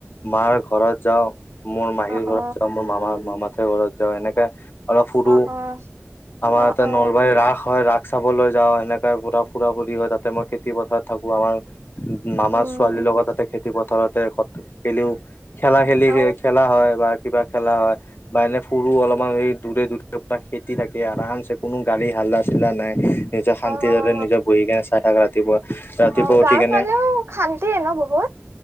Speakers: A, on the left; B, on the right.
A: মাৰ ঘৰত যাওঁ মোৰ মাহীৰ
B: অ
A: ঘৰত
B: অ
A: যাওঁ মোৰ মামা মামাহঁতৰ ঘৰত যাওঁ এনেকে <unintelligible> অলপ সুৰু
B: অ অ
A: আমাৰ
B: অ
A: ইয়াতে
B: অ
A: নলবাৰীৰ ৰাস হয় ৰাস <unintelligible> চাবলৈ যাওঁ সেনেকা পুৰা ফুৰা ফুৰি হয় তাতে মই খেতি পথাৰত থাকো আমাৰ <unintelligible> মামাৰ
B: উম
A: ছোৱালীৰ
B: উম
A: লগত তাতে খেতি পথাৰতে গলেও <unintelligible> খেলা খেলি
B: অ
A: খেলা হয় বা কিবা খেলা হয় বা এনে ফুৰো অলপমান হে <unintelligible> দূৰে-দূৰে পুৰা খেতি থাকে আৰামছে কোনো গাড়ী হাল্লা-চিল্লা নাই <unintelligible> নিজৰ শান্তিৰ
B: অ অ
A: দৰে নিজৰ বহি কেনে চাই থাক ৰাতিপুৱা-ৰাতিপুৱা
B: অ গাঁৱৰ
A: উঠি কেনে
B: ফালেও
A: <unintelligible>
B: <unintelligible> ন বহুত